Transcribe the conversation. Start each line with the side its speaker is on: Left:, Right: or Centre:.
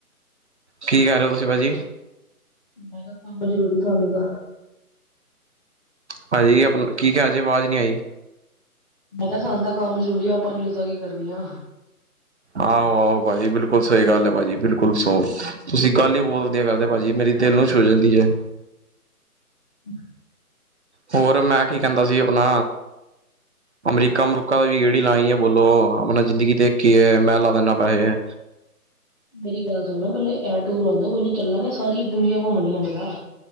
Right: ਕੀ ਕਰ ਰਏ ਓ ਤੁਸੀਂ ਪਾਜੀ?
Centre: ਮੈਂ ਕੇਆ ਕੰਮ ਜਰੂਰੀ ਸਾਨੂੰ ਤਾ।
Right: ਪਾਜੀ ਆਪਨਾ ਕੀ ਕੇਆ ਜੇ ਆਵਾਜ਼ ਨੀ ਆਈ।
Centre: ਮੈਂ ਕੇਆ ਸਾਨੂੰ ਤਾਂ ਕੰਮ ਜਰੂਰੀ ਆ, ਆਪਾਂ ਨਿਊਜ਼ਾਂ ਕੀ ਕਰਨੀਆ।
Right: ਆਹੋ- ਆਹੋ, ਪਾਜੀ ਬਿਲਕੁਲ ਸਈ ਗੱਲ ਏ ਪਾਜੀ ਬਿਲਕੁਲ ਸੋ, ਤੁਸੀਂ ਗੱਲ ਈ ਬੋਤ ਵੱਧੀਆ ਕਰਦੇ ਪਾਜੀ ਮੇਰੀ ਦੇਲ ਨੂੰ ਛੂ ਜਾਂਦੀ ਆ।
Centre: <unintelligible>
Right: ਹੋਰ ਮੈਂ ਕੀ ਕੈਂਦਾ ਸੀ ਆਪਣਾ ਅਮਰੀਕਾ ਕੰਮ ਰੁਕਾ ਦਾ ਵੀ ਗੇੜੀ ਲਾਈ ਏ, ਬੋਲੋ ਆਪਣਾ ਜ਼ਿੰਦਗੀ ਤੇ ਇੱਕ ਈ ਏ, ਮੈਂ ਲਾ ਦਿੰਦਾ ਪੈਸੇ।
Centre: ਮੇਰੀ ਗੱਲ ਸੁਣ ਲੋ, ਪੇਲੇ ਐ ਟੂਰ ਹੋਣ ਦੋ, ਕੋਈ ਨੀ ਚੱਲਾਂਗੇ ਸਾਰੀ ਦੁਨੀਆਂ ਘੁੰਮਣੀ ਹਲੇ ਤਾ।